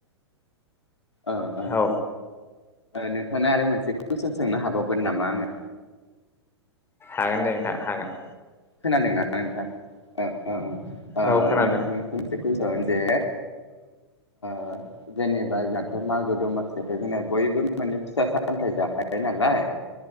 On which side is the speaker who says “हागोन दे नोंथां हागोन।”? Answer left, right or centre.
Left